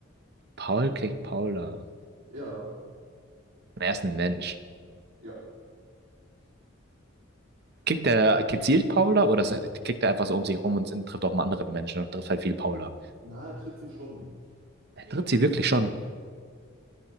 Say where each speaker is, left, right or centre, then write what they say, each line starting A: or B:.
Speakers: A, on the right; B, on the right.
A: Paul kriegt Paula.
B: Ja,
A: Er ist ein Mensch.
B: ja.
A: Kickt der gezielt Paula oder kickt er einfach so um sich rum und trifft auch mal andere Menschen und trifft halt viel Paula?
B: Na, er tritt sie schon.
A: Er tritt sie wirklich schon.